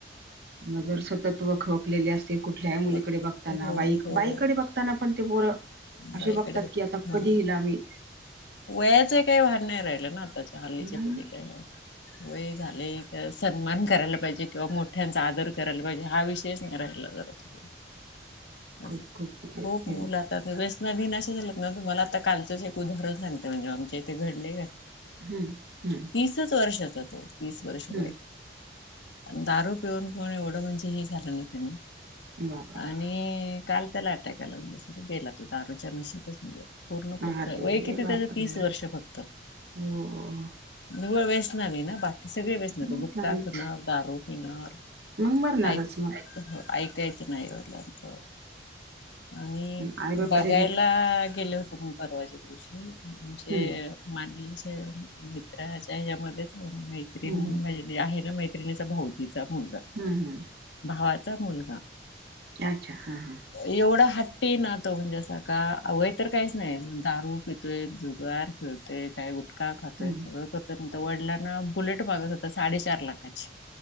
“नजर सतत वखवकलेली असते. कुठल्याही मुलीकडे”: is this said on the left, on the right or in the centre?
Right